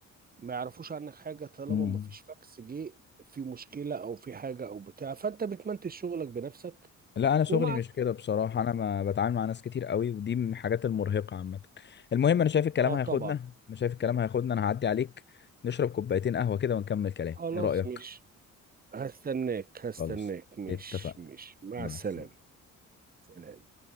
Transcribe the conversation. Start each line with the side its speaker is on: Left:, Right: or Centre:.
Right: ما يعرفوش عنك حاجة طالما
Left: مم.
Right: ما فيش فاكس جه في مشكلة أو في حاجة أو بتاع فأنت بتمنتج شغلك بنفسك
Left: لا انا شغلي
Right: ومع
Left: مش كده بصراحه انا ما بتعامل مع ناس كتير قوي ودي من الحاجات المرهقه عامه المهم انا شايف الكلام
Right: آه
Left: هياخدنا
Right: طبعا
Left: انا شايف الكلام هياخدنا انا هعدي عليك نشرب كوبايتين قهوه كده ونكمل كلام
Right: خلاص
Left: ايه رايك
Right: مش هستناك هستناك
Left: خلاص
Right: مش
Left: اتفقنا
Right: مش مع
Left: مع
Right: السلامة
Left: السلامه
Right: سلام